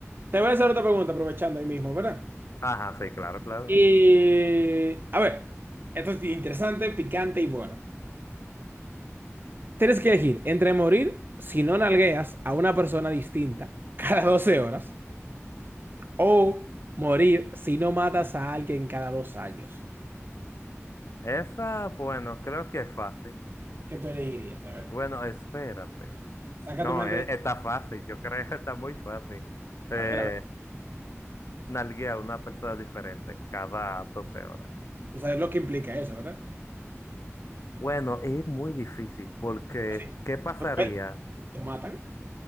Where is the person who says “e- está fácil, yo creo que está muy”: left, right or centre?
Left